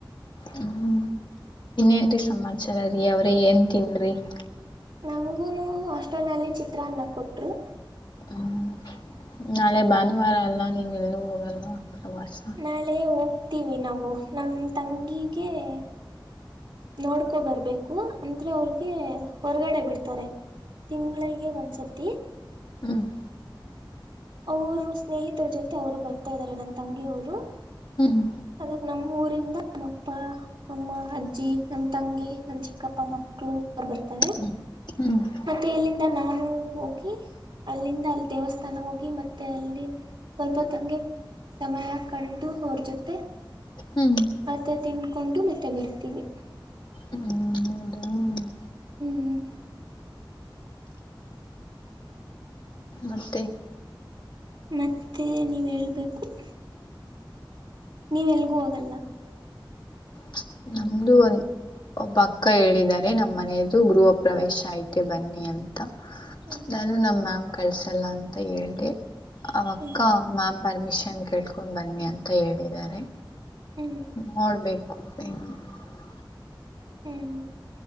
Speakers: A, on the left; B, on the right.
A: ಹ್ಮ, ಏನ್ರೀ ಸಮಾಚಾರ! ರಿಯಾ, ಅವರೇ, ಏನ್ ತಿಂದ್ರಿ? <inaudible>
B: ನಮಗೂ, ಆಷ್ಟಲ್ನಲ್ಲಿ, ಚಿತ್ರಾನ್ನ ಕೊಟ್ಟರು. <inaudible>
A: ಹ್ಮ್ ನಾಳೆ ಭಾನುವಾರ ಅಲ್ಲ ನೀವು ಎಲ್ಲೂ ಹೋಗಲ್ವಾ ಪ್ರವಾಸ? <inaudible>
B: ನಾಳೆ ಹೋಗ್ತೀವಿ ನಾವು ನಮ್ಮ ತಂಗಿಗೆ! <inaudible> ನೋಡ್ಕೊಂಡು, ಬರ್ಬೇಕು! ಅಂದ್ರೆ ಅವ್ರಗೆ ಹೊರ್ಗಡೆ ಬಿಡ್ತಾರೆ. <inaudible> ತಿಂಗಳಿಗೆ, ಒಂದ್ಸತಿ. <inaudible>
A: ಹ್ಮ. <inaudible>
B: ಅವರು, ಸ್ನೇಹಿತರ ಜೊತೆ ಅವರು ಬರುತ್ತಾ, ಇದ್ದಾರೆ ನನ್ನ ತಂಗಿಯ ಅವರು.
A: ಹ್ಮ್
B: <inaudible> ಅವರು, ನಮ್ಮ ಊರಿಂದ ನಮ್ಮಪ್ಪ. <inaudible> ಅಮ್ಮ, ಅಜ್ಜಿ, ನಮ್ಮ, ತಂಗಿ, ನಮ್, ಚಿಕ್ಕಪ್ಪ ಮಕ್ಕಳು, ಅವರು, ಬರ್ತಾರೆ. <inaudible>
A: ಹ್ಮ್ಮ್, ಹು. <inaudible>
B: ಮತ್ತೆ, ಇಲ್ಲಿಂದ, ನಾನು ಹೋಗಿ! ಅಲ್ಲಿಂದ, ಅಲ್ಲಿ ದೇವಸ್ಥಾನ, ಹೋಗಿ, ಮತ್ತೆ, ಅಲ್ಲಿ. <unintelligible> ಸ್ವಲ್ಪ, ಹಾಂಗೆ, ಸಮಯ, ಕಳೆದು ಅವರ ಜೊತೆ? <unintelligible>
A: ಹ್ಮ್. <inaudible>
B: ಮತ್ತೆ ತಿನ್ಕೊಂಡು! ಮತ್ತೆ ಬರ್ತೀವಿ. <inaudible>
A: ಹ್ಮ, ಹೌದ! <inaudible>
B: ಹ್ಮ್. <inaudible>
A: ಮತ್ತೆ? <inaudible>
B: ಮತ್ತೆ, ನೀವು ಹೇಳಬೇಕು? <inaudible> ನೀವ್ ಎಲ್ಗೂ ಹೋಗಲ್ಲ? <inaudible>
A: ಛೂ, ನಮ್ದು, ಒಂದು? <inaudible> ಒಬ್ಬ, ಅಕ್ಕ ಹೇಳಿದಿದ್ದಾರೆ? ನಮ್ಧು, ಮನೆಯದು ಗೃಹ, ಪ್ರವೇಶ ಐತೆ ಬನ್ನಿ ಅಂತ. <inaudible>
B: ಹ್ಞೂ
A: ನಾನು ನಮ ಮ್ಯಾಮ್ ಕಳ್ಸಲ್ಲ ಅಂತ ಹೇಳೆ ಅವಕ್ಕ
B: ಹ್ಞೂ
A: ಮ್ಯಾಮ್ ಪರ್ಮಿಷನ್ ಕೇಳ್ಕೊಂಡ್ ಬನ್ನಿ ಅಂತ ಹೇಳಿದ್ದಾರೆ
B: ಹ್ಮ್
A: ನೋಡ್ಬೇಕು ಹ <unintelligible>
B: ಹ್ಮ್